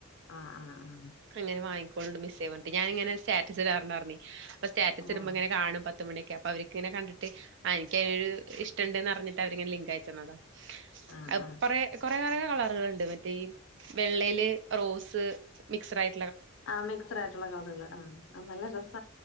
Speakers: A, on the left; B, on the right.
A: ആഹ് ആഹ്
B: അങ്ങനെ വാങ്ങി ഇപ്പളുണ്ട് മിസ്സേ പറഞ്ഞിട്ട് ഞാന്ങ്ങനെ സ്‌റ്റാറ്റസ് ഇടാറ്ണ്ടായിര്ന്നേ അപ്പൊ സ്റ്റാറ്റസിടുമ്പോ
A: ആഹ് ആഹ്
B: ഇങ്ങനെ കാണും പത്തുമണിക്കെ അപ്പ അവര്ക്കങ്ങനെ കണ്ടിട്ട് ഇനിക്ക് അയിനൊരു ഇഷ്ടണ്ട്ന്നറിഞ്ഞിട്ട് അവരിങ്ങനെ ലിങ്ക് അയച്ചന്നതാ
A: ആഹ്
B: അപ്പറെ
A: ആഹ്
B: പലെ പലേ കളറ്കള്ണ്ട് മറ്റേ ഈ വെള്ളേല് റോസ് മിക്സടായി
A: ആ മിക്സടായിട്ടുള്ള കളറുകള് ആ നല്ല രസ